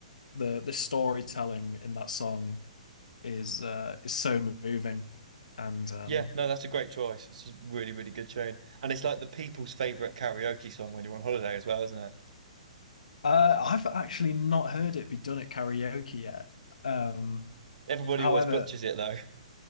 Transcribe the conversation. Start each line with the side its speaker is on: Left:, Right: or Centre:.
Left: the the storytelling in that song is uh is so moving, and um
Right: yeah, no, that's a great choice. It's a really really good tune, and it's like the people's favorite karaoke song when you're on holiday as well, isn't it?
Left: uh I've actually not heard it be done at karaoke yet. Um,
Right: Everybody
Left: however,
Right: always butchers it though.